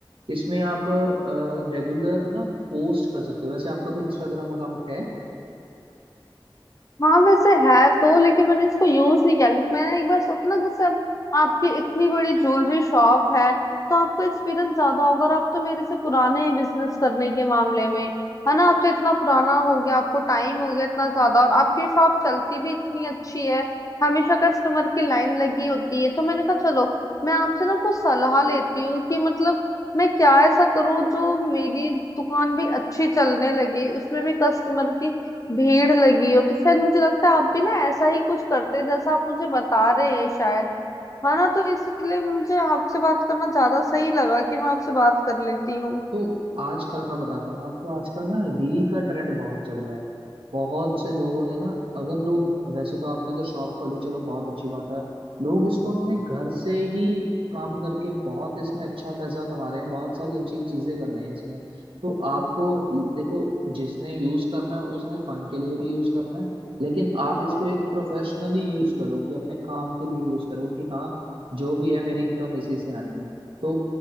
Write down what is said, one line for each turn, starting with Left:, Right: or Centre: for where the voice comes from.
Right: इसमें आप रेगुलर ना पोस्ट कर सकते हो वैसे आपका कोई इंस्टाग्राम अकाउंट है
Left: हाँ वैसे है तो लेकिन मैंने इसको यूज नहीं किया लेकिन मैंने एक बार सोचा ना जैसे अब आपकी इतनी बड़ी ज्वेलरी शॉप है तो आपको एक्सपीरियंस ज्यादा होगा और आप तो मेरे से पुराने हैं बिजनेस करने के मामले में है ना आप तो इतना पुराना हो गया आपको टाइम हो गया इतना ज्यादा और आपकी शॉप चलती भी इतनी अच्छी है हमेशा कस्टमर की लाइन लगी होती है तो मैंने कहा चलो मैं आपसे ना कुछ सलाह लेती हूँ कि मतलब मैं क्या ऐसा करूँ जो मेरी दुकान भी अच्छी चलने लगे उसमें भी कस्टमर की भीड़ लगी हो तो शायद मुझे लगता है आप भी ना ऐसा ही कुछ करते हैं, जैसा आप मुझे बता रहे हैं शायद है ना तो इसीलिए मुझे आपसे बात करना ज्यादा सही लगा कि मैं आपसे बात कर लेती हूँ
Right: तो आजकल मैं बताता हूँ आपको आजकल ना रील का ट्रेंड बहुत चल रहा है बहुत से लोगों ने ना अगर लोग वैसे तो आपने तो शॉप खोली चलो बहुत अच्छी बात है लोग इसको अपने घर से ही काम करके बहुत इसमें अच्छा पैसा कमा रहे हैं बहुत सारी अच्छी चीजें कर रहे हैं इसमें तो आपको देखो जिसने यूज करना है उसने फन के लिए भी यूज करना है लेकिन आप इसको एक प्रोफेशनली यूज करो कि अपने काम के लिए यूज करो कि हाँ जो भी है मेरी इनकम इसी से आनी है तो